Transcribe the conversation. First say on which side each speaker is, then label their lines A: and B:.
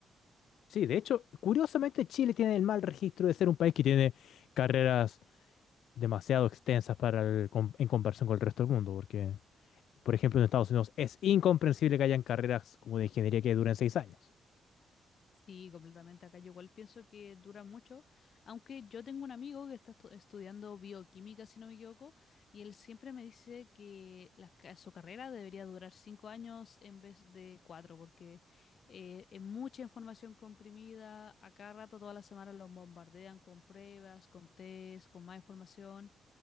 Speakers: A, on the left; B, on the left.
A: Sí, de hecho, curiosamente Chile tiene el mal registro de ser un país que tiene carreras demasiado extensas para el com- en comparación con el resto del mundo, porque, por ejemplo, en Estados Unidos es incomprensible que hayan carreras como de ingeniería que duren seis años.
B: Sí, completamente. Acá yo igual pienso que dura mucho, aunque yo tengo un amigo que está estu- estudiando bioquímica, si no me equivoco, y él siempre me dice que las ca- su carrera debería durar cinco años en vez de cuatro, porque eh, es mucha información comprimida, a cada rato, todas las semanas los bombardean con pruebas, con test, con más información.